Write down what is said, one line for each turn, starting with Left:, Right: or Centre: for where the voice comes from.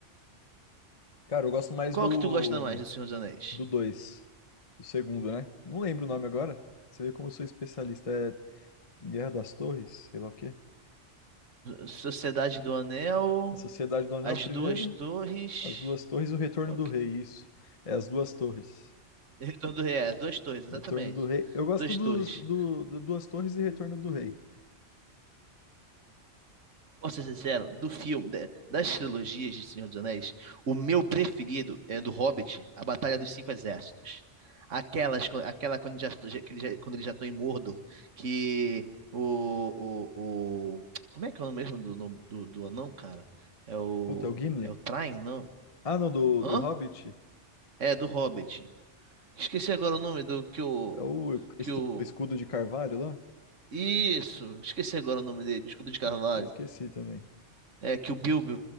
Left: Cara, eu gosto mais
Right: Qual
Left: do
Right: que tu gosta mais do Senhor dos Anéis?
Left: do 2, do segundo, né? Não lembro o nome agora. Você vê como eu sou especialista. É Guerra das Torres, sei lá o quê.
Right: Sociedade do Anel,
Left: É Sociedade do Anel,
Right: As
Left: primeiro.
Right: Duas Torres,
Left: As Duas Torres e o Retorno
Right: qual
Left: do
Right: que...
Left: Rei, isso. É As Duas Torres.
Right: Retorno do Rei, As Duas Torres, exatamente.
Left: Retorno do Rei. Eu gosto
Right: Duas
Left: dos,
Right: Torres.
Left: do, do Duas Torres e Retorno do Rei.
Right: Posso ser sincero, do filme, da- das trilogias de Senhor dos Anéis, o meu preferido é do Hobbit, A Batalha dos Cinco Exércitos. Aquelas, aquela quando já, já- que eles já- quando eles já estão em Mordor, que o, o, o- Como é que é o nome mesmo do, nome do, do anão, cara? É o.
Left: Puta, é o Gimli?
Right: É o Thrain, não?
Left: Ah, não, do,
Right: Hã?
Left: do Hobbit?
Right: É, do Hobbit. Esqueci agora o nome do que o.
Left: É o
Right: Que
Left: estu-
Right: o.
Left: Escudo de Carvalho lá?
Right: Isso! Esqueci agora o nome dele, Escudo de Carvalho.
Left: Putz, eu Esqueci também.
Right: É, que o Bilbo,